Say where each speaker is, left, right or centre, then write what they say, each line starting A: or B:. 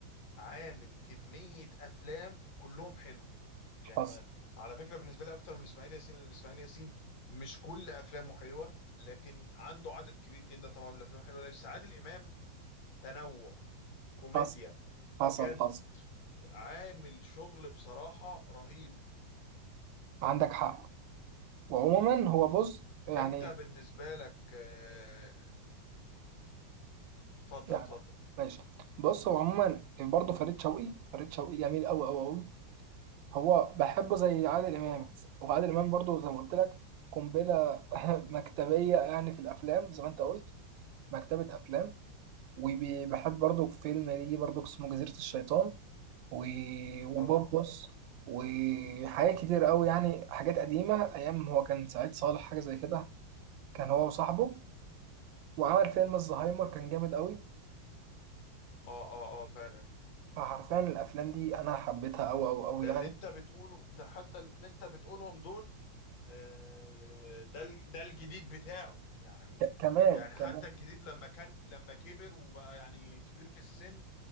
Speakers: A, on the left (about 75°); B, on the right (about 80°).
A: عامل كميه افلام كلهم حلو يعني
B: حصل
A: ما- على فكره بالنسبه لي اكتر من اسماعيل ياسين لان اسماعيل ياسين مش كل افلامه حلوه لكن عنده عدد كبير جدا طبعا من الافلام الحلوه بس عادل امام تنوع كوميديا
B: حصل
A: وجد
B: حصل حصل
A: عامل شغل بصراحه رهيب
B: عندك حق وعموما هو بص يعني
A: انت بالنسبه لك آه، اتفضل
B: يعني
A: اتفضل
B: ماشي بص هو عموما برضه فريد شوقي فريد شوقي جميل قوي قوي قوي هو بحبه زي عادل امام
A: آه، طبعا
B: وعادل امام برضه زي ما قلت لك قنبله <laughs> مكتبيه يعني في الافلام زي ما انت قلت مكتبه افلام وبحب برضه فيلم ليه برضه اسمه جزيره الشيطان و... وبوبوس
A: اه طبعا
B: وحاجات كتير قوي يعني حاجات قديمه ايام هو كان سعيد صالح حاجه زي كده كان هو وصاحبه وعمل فيلم الزهايمر كان جامد قوي
A: اه اه اه فعلا
B: فحرفيا الافلام دي انا حبيتها قوي قوي قوي
A: ده
B: يعني
A: اللي انت بتقوله ده حتى اللي انت بتقولهم دول آه، ده ال- ده الجديد بتاعه يعني
B: ك- كمان
A: يعني حتى
B: كمان
A: الجديد لما كان لما كبر وبقى يعني كبير في السن